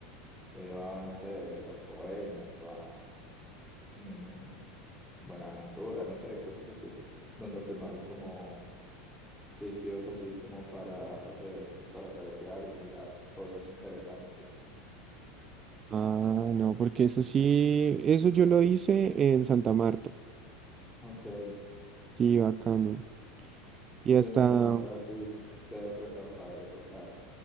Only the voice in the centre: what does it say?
he ido a, no sé, a Coeñas o a... mm, Buenaventura, no sé, cosas así, donde pues no hay como sitios así como para hacer, pues para caretear y mirar cosas interesantes.
Ok, ya
en Santa Marta sí se debe prestar para eso, claro.